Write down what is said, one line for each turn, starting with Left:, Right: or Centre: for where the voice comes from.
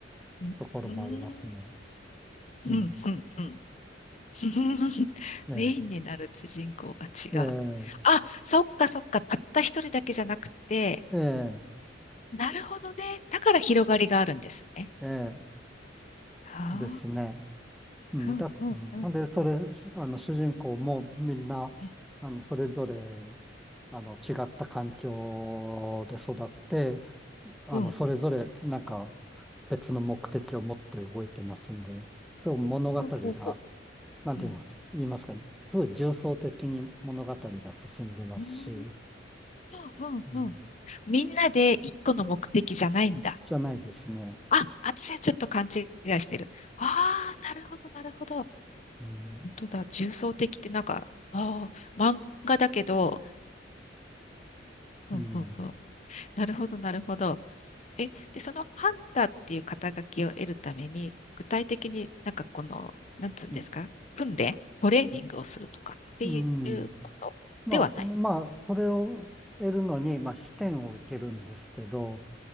Left: うん。
Centre: ところもありますね。
Left: うん。<laughs>
Centre: うん。
Left: うん。うん。うん <laughs>
Centre: ええ、
Left: メインになる主人公が違う。
Centre: ええ、
Left: あ、そっかそっか。たった一人だけじゃなくて。
Centre: ええ、
Left: なるほどね。だから広がりがあるんですね。
Centre: ええ
Left: あ
Centre: ですね。うん、
Left: あ。うん。
Centre: だ、
Left: うん。
Centre: うん、
Left: うん。
Centre: ほんで、それ、しあの、主人公もみんな、
Left: うん。
Centre: あの、それぞれ、あの、違った環境で育って、あの、
Left: うん
Centre: それぞれ、なんか、別の目的を持って動いてますんで、そう、物語が、
Left: ほうほうほ
Centre: なんて言います、
Left: う。うん。
Centre: 言いますか、すごい重層的に物語が進んでますし、
Left: うん。うん。うん。
Centre: うん
Left: うんみんなで一個の目的じゃないんだ。
Centre: じゃないですね。
Left: あ、私はちょっと勘違いしてる。ああ、なるほど、なるほど。
Centre: うん。
Left: 本当だ、重層的ってなんか、ああ、漫画だけど、ふんふんふん。
Centre: うん。
Left: なるほど、なるほど。え、で、そのハンターっていう肩書きを得るために、具体的になんかこの、なんつうんですか、
Centre: うん。
Left: 訓練、トレーニングをするとかっていうことではない。
Centre: うんまあ、まあ、それを得るのに、まあ、視点を受けるんですけど、